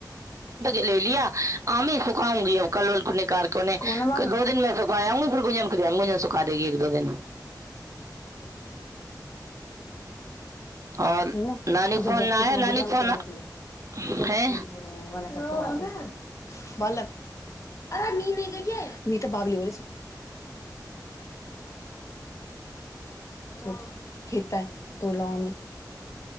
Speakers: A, on the right; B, on the left.
A: ले लिया <unintelligible> आमी सुखाउंगी अब कलवल को ले <unintelligible> कार को ने
B: कौन है बाहर
A: दो दिनमे <unintelligible> अन कोन <unintelligible> का देगी एक दो दिन <unintelligible> और
B: उंह
A: नानी
B: तोरने
A: का फोन ना आया नानी का फोन
B: के लिए कितने बदतमीज
A: है
B: <unintelligible> <unintelligible> बालक अरे नी नी गैयै बाबली <unintelligible> खेता तोड़ लाओमे <unintelligible>